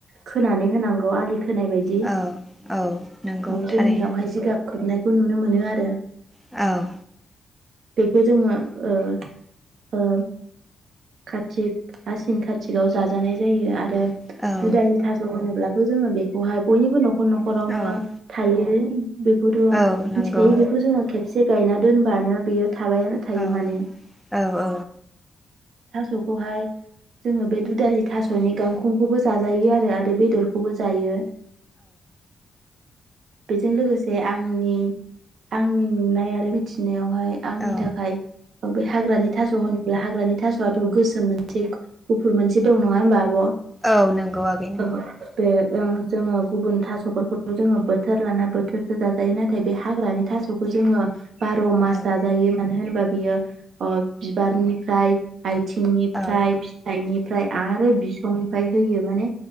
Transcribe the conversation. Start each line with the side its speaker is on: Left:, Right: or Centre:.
Right: खोनानै होनांगौ आलि खोनाय बायदि
Centre: औ औ नंगौ
Right: औ जोंनियावहाय
Centre: थारैनो
Right: जिगाब खोबनाय खौ नुनो मोनो आरो।
Centre: औ
Right: बेखौ जोंङो ओ ओ कातिक आसिन कातिकाव जाजानाय जायो आ रो
Centre: औ
Right: दुदालि थास' होनोब्ला थ जोंङो बेखौहाय बयनिबो न' न'खर न'खरावनो
Centre: औ
Right: थायो। बेखौथ'
Centre: औ नंगौ
Right: मिथिखायो बेखौ जोंङो खेबसे गायना दोनबानो बेयो थाबायानो थायो
Centre: औ
Right: माने
Centre: औ औ
Right: थास'खौहाय जोंङो बे दुदालि थास'नि गांखंखौबो जाजायो आरो आरो बे दरखौबो जायो‌ बेजों लोगो जे आंनि आंनि नुनाय आरो मिथिनायाव हाय आंनि
Centre: औ
Right: थाखाय ओ बे हाग्रानि थास' होन ब्ला हाग्रानि था स आथ गोसोम मोनसे ग-गुफुर मोनसे दं नङा होमबा आब'
Centre: औ नंगौ आगै नंगौ
Right: औ बे ओं जोंङो गुबुन थास'फोरखौबो जोङो बोथोर लाना बोथोरसो जाजायो नाथाय बे हाग्रानि
Centre: औ
Right: थास'खौ जोंङो बार' मास
Centre: औ
Right: जाजायो मानो होनोबा बियो अ बिबारनिफ्राय आइथिंनिफ्राय,
Centre: औ
Right: फिथाइनिफ्राय
Centre: औ
Right: आरो बिसंनिफ फ्राय होयो माने